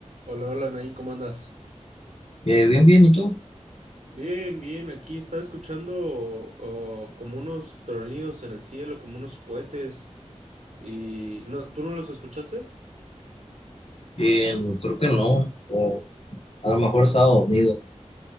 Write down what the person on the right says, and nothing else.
Hola, hola, Nain, ¿cómo andas?
Bien, bien, aquí estaba escuchando oh, como unos tronidos en el cielo, como unos cohetes y... No, ¿tú no los escuchaste?